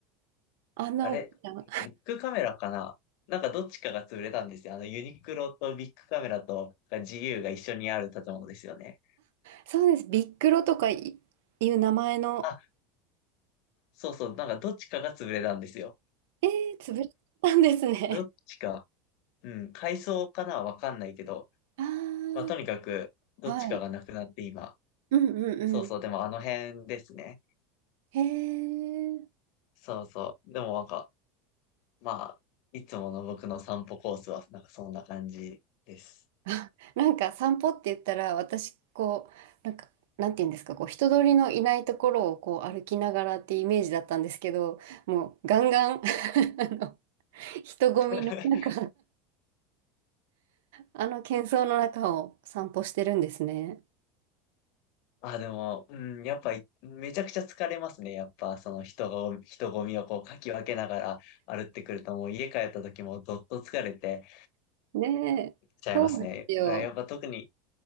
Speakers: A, on the right; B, on the left.
A: あんな大きな。
B: あれ、ビッグカメラかななんかどっちかが潰れたんですよ。あの、ユニクロとビッグカメラと自由が一緒にある建物ですよね。
A: そうです。ビックロとかい、いう名前の。
B: あ、そうそう、なんかどっちかが潰れたんですよ。
A: えー、潰れたんですね。
B: どっちか、うん、改装かなわかんないけど、
A: <laughs> あ
B: まあ、とにかく、どっちかがなくなって今。
A: あ、はい。うんうんうん。
B: そうそう、でもあの辺ですね。
A: へえ。
B: そうそう。でもなんか、まあ、いつもの僕の散歩コースは、なんかそんな感じです。
A: <laughs> あなんか散歩って言ったら、私、こう、なんか、なんて言うんですか、こう、人通りのいないところをこう歩きながらってイメージだったんですけど、もうガンガン <laughs> あの人混みの中
B: <laughs>
A: あの喧騒の中を散歩してるんですね。
B: あ、でも、うん、やっぱい、めちゃくちゃ疲れますね。やっぱ、その人が、人混みをこう、かき分けながら歩ってくると、もう家帰った時もどっと疲れて
A: ねえ、
B: ちゃいますね。
A: そうですよ。
B: うんやっぱ特に、